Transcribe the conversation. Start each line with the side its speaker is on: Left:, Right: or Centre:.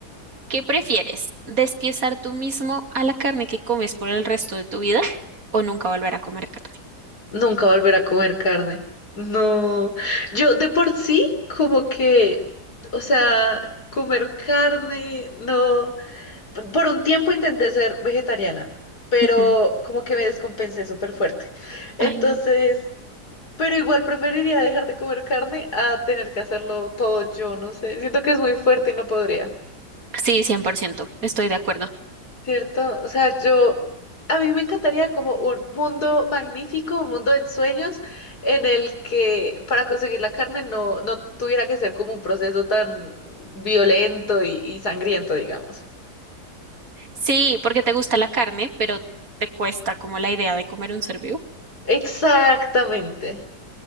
Right: ¿Qué prefieres? ¿Despiezar tú mismo a la carne que comes por el resto de tu vida o nunca volver a comer carne?
Left: nunca volver a comer carne. No, yo de por sí como que, o sea, comer carne, no. P- Por un tiempo intenté ser vegetariana, pero
Right: Ujú.
Left: como que me descompensé súper fuerte. Entonces,
Right: Ay, no.
Left: pero igual preferiría dejar de comer carne a tener que hacerlo todo yo, no sé. Siento que es muy fuerte y no podría.
Right: Sí, 100%, estoy de acuerdo.
Left: ¿Cierto? O sea, yo, a mí me encantaría como un mundo magnífico, un mundo de sueños, en el que para conseguir la carne no, no tuviera que ser como un proceso tan violento y, y sangriento, digamos.
Right: Sí, porque te gusta la carne, pero te cuesta como la idea de comer un ser vivo.
Left: Exactamente.